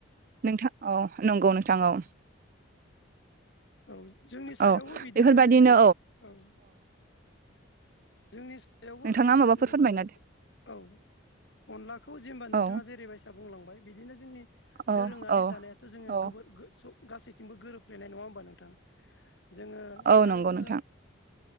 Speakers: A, on the right; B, on the left.
A: नोंथां औ नंगौ नोंथां औ
B: औ जोंनि साइडआवबो
A: औ
B: बिदिनो
A: बेफोरबादिनो
B: जेनेबा औ जोंनि सायदावबो
A: नोंथाङा
B: बिदिनो
A: माबाफोर
B: जेनेबा
A: फोरमायना
B: जों औ अनलाखौ जेनेबा नोंथाङा
A: औ
B: जेरैबायसा बुंलांबाय बिदिनो जोंनि
A: औ
B: दोरोङारि
A: औ
B: जानायाथ जोङो
A: औ
B: गोबां फोर गोसौ गासैथिंबो गोरोबफ्लेयनाय नङा होमबा नोंथां जोङो
A: औ
B: आरो
A: नंगौ
B: जोङो
A: नोंथां